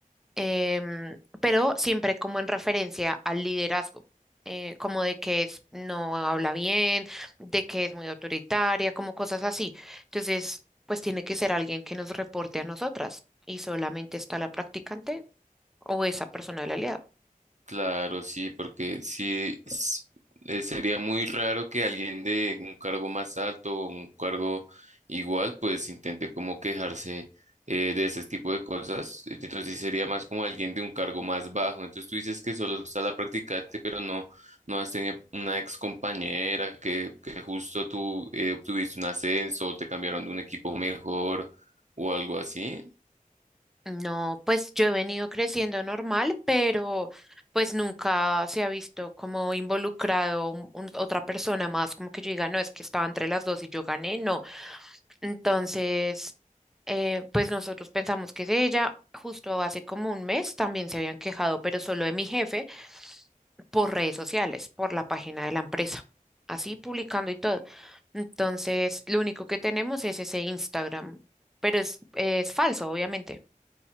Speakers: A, in the centre; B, on the right.
A: em, pero siempre como en referencia al liderazgo, eh, como de que es- no habla bien, de que es muy autoritaria, como cosas así. Entonces, pues tiene que ser alguien que nos reporte a nosotras y solamente está la practicante o esa persona de la alianza.
B: Claro, sí, porque sí es- eh, sería muy raro que alguien de un cargo más alto o un cargo igual, pues intente como quejarse eh, de ese tipo de cosas. E, Entonces sí sería más como alguien de un cargo más bajo. Entonces tú dices que solo está la practicante, pero no, no has tenido una ex compañera que, que justo tú eh, obtuviste un ascenso o te cambiaron de un equipo mejor o algo así.
A: No, pues yo he venido creciendo normal, pero pues nunca se ha visto como involucrado un- un- otra persona más, como que yo diga, no, es que estaba entre las dos y yo gané, no. Entonces, eh, pues nosotros pensamos que es ella, justo hace como un mes también se habían quejado, pero solo de mi jefe, por redes sociales, por la página de la empresa, así publicando y todo. Entonces, lo único que tenemos es ese Instagram, pero es, es falso, obviamente.